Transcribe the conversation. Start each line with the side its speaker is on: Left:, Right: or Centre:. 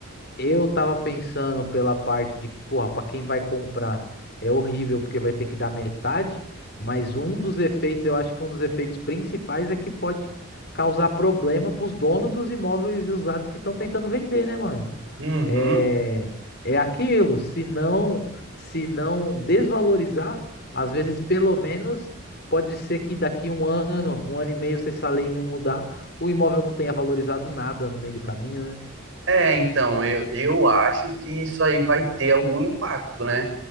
Left: Eu tava pensando pela parte de que, porra, pra quem vai comprar é horrível porque vai ter que dar metade, mas um dos efeitos, eu acho que um dos efeitos principais é que pode causar problema pros donos dos imóveis usados que estão tentando vender, né, mano?
Right: Uhum.
Left: É, é aquilo, se não, se não desvalorizar, às vezes pelo menos pode ser que daqui um ano, um ano e meio, se essa lei não mudar, o imóvel não tenha valorizado nada no meio do caminho, né?
Right: É, então, eu, eu acho que isso aí vai ter algum impacto, né?